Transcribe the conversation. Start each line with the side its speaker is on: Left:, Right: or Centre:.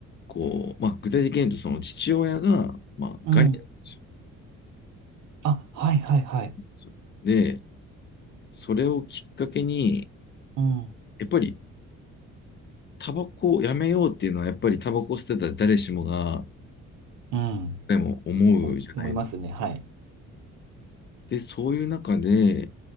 Left: こう、まあ、具体的に言うと、その父親が、まあ、
Right: うん。
Left: ガニなった
Right: あ、はいはいはい。
Left: んですよで、それをきっかけに、
Right: うん。
Left: やっぱりタバコをやめようっていうのは、やっぱりタバコを捨てたら誰しもが、
Right: うん。
Left: でも思うじゃないですか。
Right: お思いますね。はい。
Left: で、そういう中で、